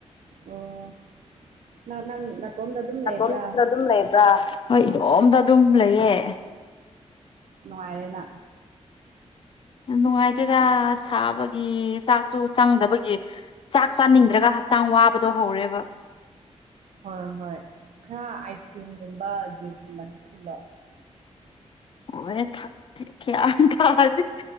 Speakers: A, on the right (about 80°); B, on the left (about 45°).
A: ꯑꯣ ꯅꯪ ꯅꯪ ꯅꯥꯇꯣꯝꯗ ꯑꯗꯨꯝ ꯂꯩꯕ꯭ꯔꯥ
B: ꯑꯗꯣꯝ ꯑꯗꯨꯝ ꯂꯩꯕ꯭ꯔꯥ ꯍꯣꯏ ꯏꯇꯣꯝꯗ ꯑꯗꯨꯝꯂꯑꯦ
A: ꯅꯨꯡꯉꯥꯏꯔꯦꯅ
B: ꯅꯨꯡꯉꯥꯏꯇꯦꯗ ꯁꯥꯕꯒꯤ ꯆꯥꯛꯁꯨ ꯆꯪꯗꯕꯒꯤ ꯆꯥꯛ ꯆꯥꯅꯤꯡꯗ꯭ꯔꯒ ꯍꯛꯆꯥꯡ ꯋꯥꯕꯗꯣ ꯍꯧꯔꯦꯕ
A: ꯍꯣꯏ ꯍꯣꯏ ꯈꯔ ꯑꯥꯏꯁ ꯀ꯭ꯔꯤꯝꯒꯨꯝꯕ ꯖꯨꯏꯁꯀꯨꯝꯕ ꯊꯛꯆꯤꯜꯂꯣ
B: ꯍꯣꯏ ꯒꯌꯥꯟ ꯇꯥꯗꯦ